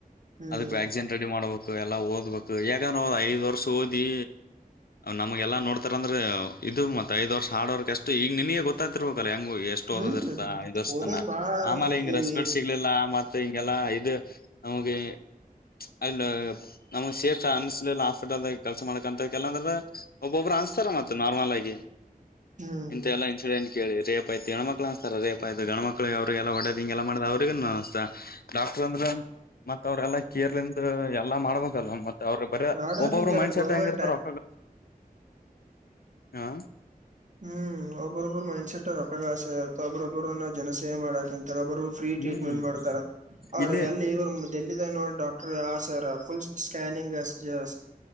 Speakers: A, on the right (about 55°); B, on the left (about 80°).
A: ಹ್ಮ್
B: ಅದಕ್ ವ್ಯಾಕ್ಸಿನ್ ರೆಡಿ ಮಾಡ್ಬೇಕು ಎಲ್ಲಾ ಓದ್ಬೇಕು ಯಾಕಂದ್ರೆ್ ಐದ್ ವರ್ಷ ಓದಿ ನಮ್ಗೆಲ್ಲ ನೋಡ್ತಾರ ಅಂದ್ರೆ ಇದದುಗ್ ಮತ್ತತ್ ಐದ ವರ್ಷ ಆಡ್ವರ್ಗೆ ಅಷ್ಟ ಈಗ ನಿನಗ ಗೊತ್ತಾ್ತಿರ್ಬೇಕಲ ನಮಗೂ ಎಷ್ಟು
A: ಹ್ಮ್
B: ಓದಿದ್ರು ಐದು ವರ್ಷತಾನಾ
A: ಓದೋದ್ ಬಾಳ
B: ಆಮೇಲೆ ಹಿಂಗ್
A: ಈ
B: ರೆಸ್ಪೆಟ್ ಸಿಗ್ಲಿಲ್ಲ ಮತ್ತ ಮತ್ತೆ ಹಿಂಗೆಲ್ಲಾ ಇದು ನಮಗೆ ಅಲ್ಲ ನಮ್ ಸೇಫ್ ಅನಿಸಿಲಿಲ್ಲ ಹಾಸ್ಪಿಟಲ್ದ್ದಾಗೆ ಕೆಲ್ಸ ಮಾಡ್ಕಂತ ಕೆಲ್ಲಂದ್ರೆ ಒಬ್ಬೊಬ್ಬ್ರ ಅನಿಸ್ತಾಲ್ಲ ಮತ್ತೆ ನಾರ್ಮಲ್ ಆಗಿ
A: ಹ್ಮ್
B: ಇಂತಾವೆಲ್ಲ ಇನ್ಸಿಡೆಂಟ್ ಕೇಳಿ ರೇಪ್ ಆಯ್ತು ಹೆಣ್ಣು ಮಕ್ಳು ಅನ್ನಿತಾರಾ ರೇಪ್ ಆಯ್ತು ಗಂಡು ಮಕ್ಕಳಿಗೆ ಒಳ್ಳೇದು ಅವ್ರರಿಗೆಲ್ಲ ಹೊಡದ ಹಿಂಗೆಲ್ಲ ಮಾಡ್ದ ಅವ್ರಿಗೂ ಡಾಕ್ಟರ್ ಅಂದ್ರೆ ಮತ್ ಅವ್ರೆಲ್ಲಾ ಕೇರ್ಲಿಂದ ಎಲ್ಲಾ ಮಾಡ್ಬೇಕಲ್ವಾ ಮತ್ ಅವ್ರಿಗೆ ಬಾರಿ
A: ನಾಡಾಕ
B: ಒಬ್ಬೊಬ್ರು
A: ಜರ
B: ಮೈಂಡ್ ಸೆಟ್
A: ಗೋರ್ಮೆಂಟ್
B: ಹೆಂಗಿರ್ತಾರ ಹಾ
A: ಹ್ಮ್ ಒಬ್ಬ್ರೊಬ್ಬರು ಮೈಂಡ್ಸೆಟ್ ರೊಕ್ಕಾಗ ಆಸೆತ್ತ ಒಬ್ರೊಬ್ಬರು ಜನಸೇವೆ ಮಾಡಕಂತ ಒಬ್ಬರು ಫ್ರೀ
B: ಹ್ಮ್
A: ಟ್ರೀಟ್ಮೆಂಟ್ ಮಾಡ್ತಾರ ಅವ್ರ
B: ಇಲ್ಲಿ
A: ಅಲ್ಲಿ ಇವರು ಎಲ್ಲಿದರು ನೋಡಿ ಡಾಕ್ಟರ್ ಹಾ ಸರ್ ಫುಲ್ ಸ್ಕ್ಯಾನಿಂಗ್ ಹಾ